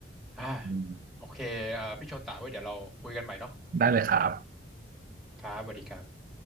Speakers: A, in the centre; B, on the right.
A: อ่า
B: อืม
A: โอเคเอ่อพี่โชตาไว้เดี๋ยวเราคุยกันใหม่เนาะ
B: ได้เลยครับ
A: ครับสวัสดีครับ